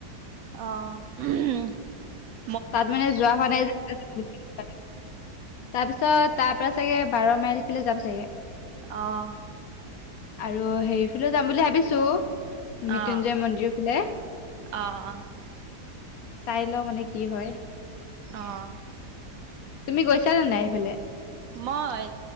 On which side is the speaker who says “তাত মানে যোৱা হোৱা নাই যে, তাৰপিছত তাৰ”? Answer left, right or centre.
Left